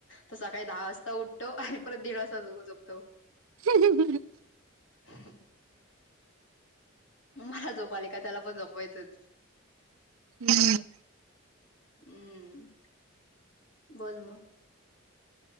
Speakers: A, on the left; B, on the right.
A: तो सकाळीं दहा वाजतां उठतो आणि परंत दीड वाजतां दोघं झोपतो
B: हम्मं हम्मं हमं
A: हम्मं मलां झोप आली कां त्यांला पणं झोपवायचंच
B: हम्मं
A: हम्मं बोलं मगं